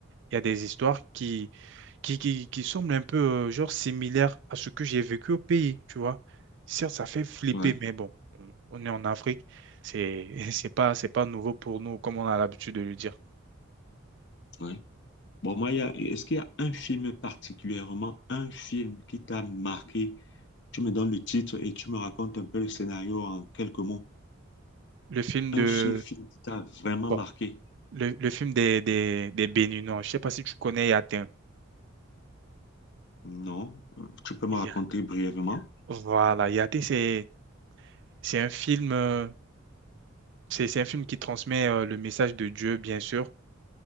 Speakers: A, on the right; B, on the left.
A: Il y a des histoires qui, qui, qui, qui semblent un peu euh, genre similaires à ce que j'ai vécu au pays, tu vois. Certes, ça fait flipper,
B: Ouais,
A: mais bon, on est en Afrique, c'est <laughs> c'est pas c'est pas nouveau pour nous comme on a l'habitude de le dire.
B: ouais. Bon, moi, il y a- est-ce qu'il y a un film particulièrement, un film qui t'a marqué? Tu me donnes le titre et tu me racontes un peu le scénario en quelques mots.
A: Le film
B: Un
A: de
B: seul film qui t'a vraiment
A: bon,
B: marqué?
A: le, le film des des des Béninois, je sais pas si tu connais Yatin.
B: Non. Euh, Tu peux me
A: Ya-
B: raconter brièvement?
A: Voilà, Yatin c'est c'est un film euh, c'est c'est un film qui transmet euh, le message de Dieu bien sûr